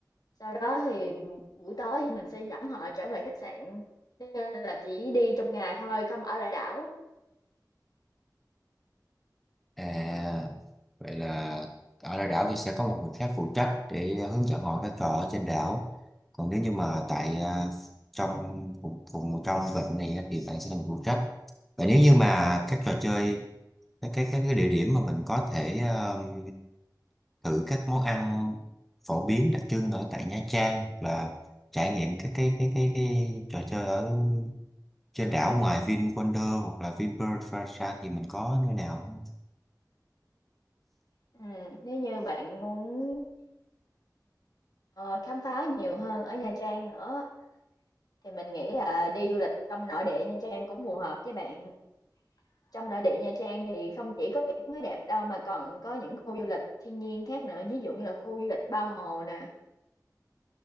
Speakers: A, on the left; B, in the centre.
A: Sau đó thì buổi tối thì mình sẽ dẫn họ trở về khách sạn, nên là chỉ đi trong ngày thôi, không ở lại đảo.
B: à vậy là ở lại đảo thì sẽ có một người khác phụ trách để hướng dẫn họ các trò ở trên đảo còn nếu như mà tại à, trong vùng vùng trong vịnh này á, thì bạn sẽ là người phụ trách và nếu như mà các trò chơi các cái các cái địa điểm mà mình có thể um, thử các món ăn phổ biến đặc trưng ở tại Nha Trang hoặc là trải nghiệm các cái cái cái cái trò chơi ở trên đảo ngoài VinWonder hoặc là VinPearl Plaza thì mình có nơi nào không?
A: Ừm, nếu như bạn muốn, ờ, khám phá nhiều hơn ở Nha Trang nữa thì mình nghĩ là đi du lịch trong nội địa Nha Trang cũng phù hợp với bạn. Trong nội địa Nha Trang thì không chỉ có biển mới đẹp đâu mà còn có những khu du lịch thiên nhiên khác nữa, ví dụ như là khu du lịch Ba Hồ nè,